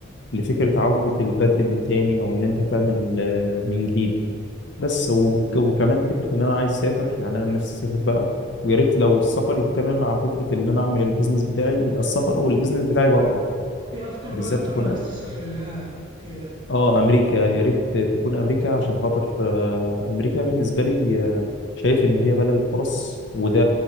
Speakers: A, on the left; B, on the right.
A: لفكرة عودة البدء من تاني أو إن أنت تعمل آه، من جديد بس وك- وكمان فكرة إن أنا عايز أسافر يعني أنا نفسي أسافر بقى ويا ريت لو السفر يتم مع فكرة إن أنا أعمل البيزنس بتاعي يبقى السفر والبيزنس بتاعي بره
B: إيه أكتر
A: بالذات
B: بلد طيب
A: تكون
B: عايز تسافر لها كده
A: اه امريكا يا ريت تكون امريكا عشان خاطر آه، امريكا بالنسبه لي آه، شايف ان هي بلد الفرص وده